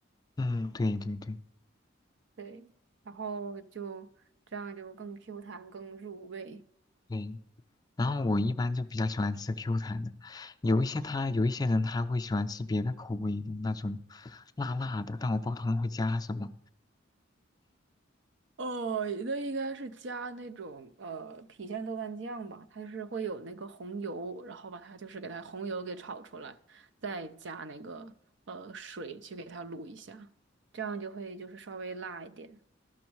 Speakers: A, on the left (about 20°); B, on the right (about 65°).
A: 嗯，对对对
B: 对，然后就这样就更 Q 弹、更入味。
A: 对。然后我一般就比较喜欢吃 Q 弹的，有一些他有一些人他会喜欢吃别的口味的那种辣辣的，但我不知道他们会加什么。
B: 哦，那应该是加那种呃，郫县豆瓣酱吧，它就是会有那个红油，然后把它就是给它红油给炒出来，再加那个呃水去给它卤一下，这样就会就是稍微辣一点。